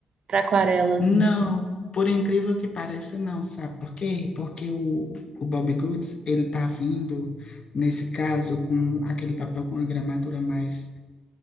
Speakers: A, on the right (about 50°); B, on the left (about 50°).
A: para aquarela, assim.
B: Não, por incrível que pareça, não, sabe por quê? Porque o, o Bob Goods, ele tá vindo, nesse caso, com aquele papel com a gramatura mais,